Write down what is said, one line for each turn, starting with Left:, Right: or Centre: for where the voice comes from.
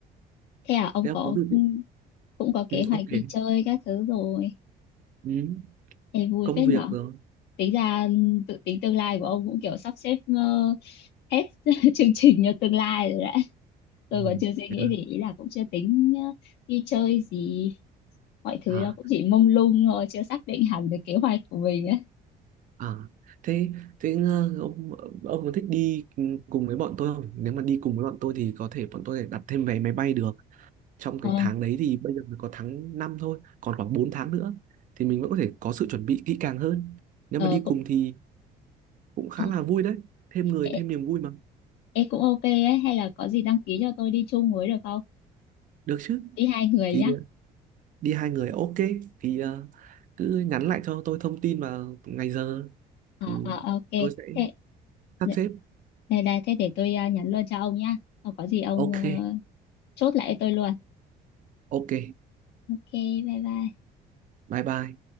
Left: Thế à, ông
Right: thế
Left: có
Right: ông có dự định
Left: cũng có kế
Right: ừ,
Left: hoạch
Right: ông kể
Left: đi
Right: đi.
Left: chơi các thứ rồi.
Right: ừ,
Left: Ê, vui
Right: công
Left: phết
Right: việc
Left: nhở.
Right: rồi
Left: Tính ra tự tính tương lai của ông cũng kiểu sắp xếp ờ, hết <laughs> chương trình cho tương lai rồi đấy. Tôi
Right: ừ.
Left: còn chưa suy
Right: ừ.
Left: nghĩ gì, ý là cũng chưa tính ờ, đi chơi gì. Mọi thứ
Right: à
Left: nó cũng chỉ mông lung thôi, chưa xác định hẳn được kế hoạch của mình ấy.
Right: À, thế thế ờ, ông ông có thích đi cùng với bọn tôi không? Nếu mà đi cùng với bọn tôi thì có thể bọn tôi đặt thêm vé máy bay được. Trong cái
Left: Ờ,
Right: tháng đấy thì bây giờ mới có tháng 5 thôi, còn khoảng 4 tháng nữa thì mình vẫn có thể có sự chuẩn bị kỹ càng hơn. Nếu
Left: ờ,
Right: mà đi
Left: cũng,
Right: cùng thì cũng khá
Left: à,
Right: là vui đấy, thêm người
Left: ê,
Right: thêm niềm vui mà.
Left: ê, cũng ok ấy. Hay là có gì đăng ký cho tôi đi chung với được không?
Right: Được chứ?
Left: Đi hai người
Right: Thì
Left: nhá.
Right: ờ, đi hai người ok thì ờ, cứ nhắn lại cho tôi thông tin và ngày giờ
Left: à,
Right: thì
Left: à, ok
Right: tôi sẽ
Left: thế
Right: sắp
Left: đây,
Right: xếp.
Left: đây đây, thế để tôi à, nhắn luôn cho ông nhá không có gì ông
Right: Ok,
Left: ờ, chốt lại cho tôi luôn
Right: ok.
Left: ok bye bye
Right: Bye bye.